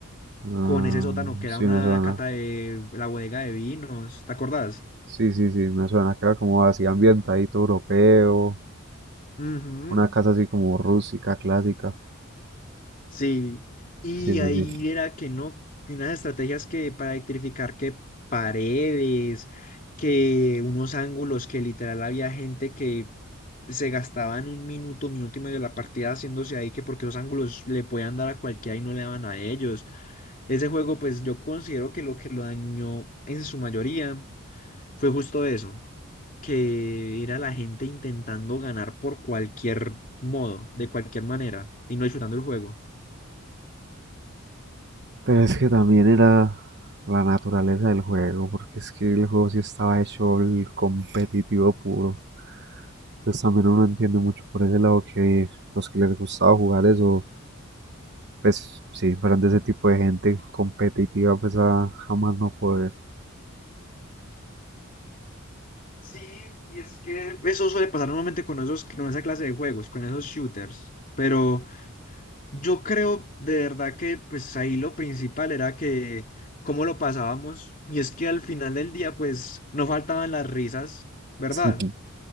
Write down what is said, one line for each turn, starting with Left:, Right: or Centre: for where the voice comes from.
Right: Ah,
Left: con ese sótano que
Right: sí
Left: era una
Right: me suena.
Left: cata de la bodega de vinos, ¿te acordás?
Right: Sí, sí, sí, me suena que era como así ambientadito europeo,
Left: Ujú,
Right: una casa así como rústica, clásica.
Left: Sí, y
Right: Sí, sí,
Left: ahí
Right: sí.
Left: era que no, que unas estrategias que para electrificar que paredes, que unos ángulos que literal había gente que se gastaban un minuto, minuto y medio de la partida haciéndose ahí, que porque los ángulos le podían dar a cualquiera y no le daban a ellos. Ese juego, pues yo considero que lo que lo dañó en su mayoría. fue justo eso, que era la gente intentando ganar por cualquier modo, de cualquier manera, y no disfrutando el juego.
Right: Pero es que también era la naturaleza del juego, porque es que el juego sí estaba hecho el competitivo puro. Entonces también uno entiende mucho por ese lado que los que les gustaba jugar eso, pues sí, eran de ese tipo de gente competitiva, pues a jamás no poder.
Left: Sí, y es que Eso suele pasar normalmente con esos, con esa clase de juegos, con esos shooters. Pero yo creo de verdad que pues ahí lo principal era que cómo lo pasábamos. Y es que al final del día pues no faltaban las risas, ¿verdad?
Right: <laughs>